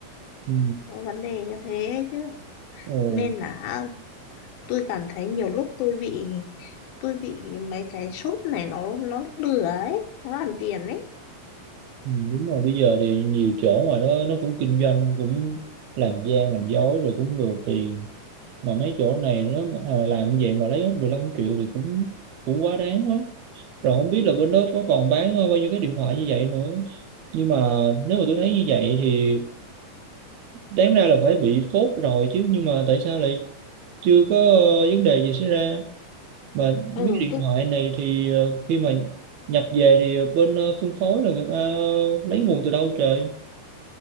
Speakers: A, on the right; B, on the left.
A: Ừ.
B: Có vấn đề như thế chứ
A: Ồ.
B: nên là tôi cảm thấy nhiều lúc tôi bị tôi bị mấy cái shop này nó nó lừa ấy nó làm tiền ấy
A: Ừ, đúng rồi bây giờ thì nhiều chỗ ngoài đó nó cũng kinh doanh cũng làm gian làm dối rồi cũng lừa tiền mà mấy chỗ này nó mà, ờ, làm như vậy mà lấy hết 15 triệu thì cũng cũng quá đáng quá rồi không biết là bên đó có còn bán ờ, bao nhiêu cái điện thoại như vậy nữa nhưng mà nếu mà tôi thấy như vậy thì đáng ra là phải bị phốt rồi chứ nhưng mà tại sao lại chưa có ờ, vấn đề gì xảy ra mà
B: ừ
A: mấy cái điện
B: tôi
A: thoại này thì ờ, khi mà nhập về thì bên ờ, phân phối là người ta lấy nguồn từ đâu trời